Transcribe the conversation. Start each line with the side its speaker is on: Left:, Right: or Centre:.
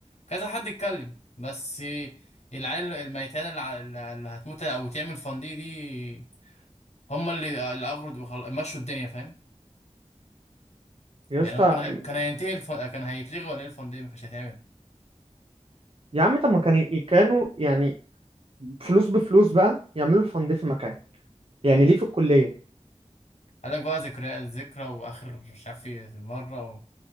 Left: كذا حد اتكلم بس العيال الميتان اللي, على- اللي هتموت او تعمل فان دي دي هم اللي اللي اغرض وخل... مشوا الدنيا فاهم
Right: يا
Left: يعني
Right: اسطى
Left: هو كان هي... كان هينتهي الف... كان هيتلغي ولا ايه الفان دي ما كانش هيتعمل
Right: يا عم طب ما كان ي- كانوا يعني فلوس بفلوس بقى يعملوا فند في مكان يعني ليه في الكلية
Left: قال لك بقى ذكرى الذكرى واخر مش عارف ايه مره و...